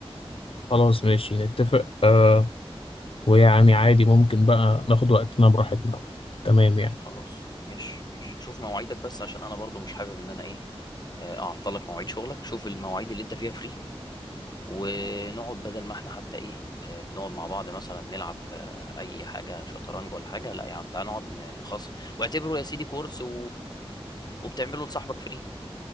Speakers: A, on the left (about 65°); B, on the left (about 40°).
A: خلاص ماشي نتفق آه، ويعني عادي ممكن بقى ناخد وقتنا براحتنا تمام يعني
B: خلاص مش مش شوف مواعيدك بس عشان انا برضو مش حابب ان انا ايه آه، اعطلك مواعيد شغلك شوف المواعيد اللي انت فيها فري ونقعد بدل ما احنا حتى ايه آه، بنقعد مع بعض مثلا نلعب آه، اي حاجة شطرنج ولا حاجة لا يا عم تعال نقعد ن- نخصص واعتبره يا سيدي كورس و... وبتعمله لصاحبك فري